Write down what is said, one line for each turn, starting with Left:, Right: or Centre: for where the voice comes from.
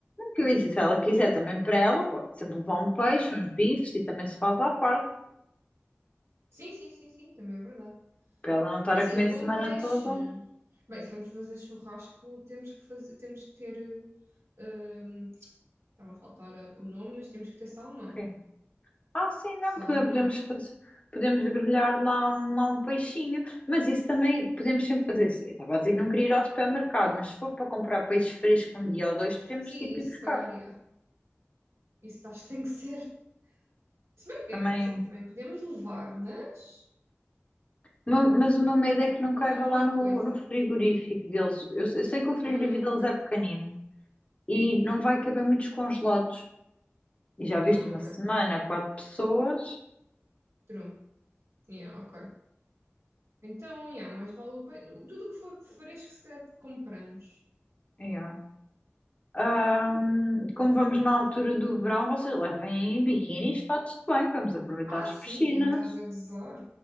Left: que eu disse, se ela quiser também para ela, pode sempre levar um peixe, uns bifes e também se faz à parte,
Right: Sim, sim, sim, sim, também é verdade.
Left: para ela não estar
Right: É
Left: a
Right: assim,
Left: comer
Right: eu
Left: a
Right: como
Left: semana
Right: peixe.
Left: toda.
Right: Bem, se vamos fazer churrasco, temos que fazer, temos que ter. Uh, estava a faltar a- o nome, mas temos que ter salmão.
Left: Ok. Ah, sim, não,
Right: Salmão.
Left: pode- podemos fazer, podemos grelhar lá, um- lá um peixinho, mas isso também podemos sempre fazer assim. Eu estava a dizer que não queria ir ao supermercado, mas se for para comprar peixe fresco um dia ou dois, podemos
Right: Sim,
Left: tipo
Right: isso
Left: ir buscar
Right: se calhar ia. Isso acho que tem que ser. Se bem
Left: também.
Right: que é assim, também podemos levar, mas
Left: Ma- Mas o meu medo é que não caiba
Right: não é a mesma
Left: lá no,
Right: coisa.
Left: no frigorífico deles. Eu, eu sei que o frigorífico
Right: Hum,
Left: deles
Right: ok.
Left: é pequenino e não vai caber muitos congelados. E já viste
Right: Hum,
Left: uma
Right: ok.
Left: semana, quatro pessoas.
Right: True. Yeah, ok. Então, yeah, mais vale o peixe. Tudo o que for fresco, se calhar compramos.
Left: É, é. é. Ahm, como vamos na altura do verão, vocês levem biquínis, fatos de banho, vamos aproveitar
Right: Ah,
Left: as
Right: sim,
Left: piscinas.
Right: estás a gozar.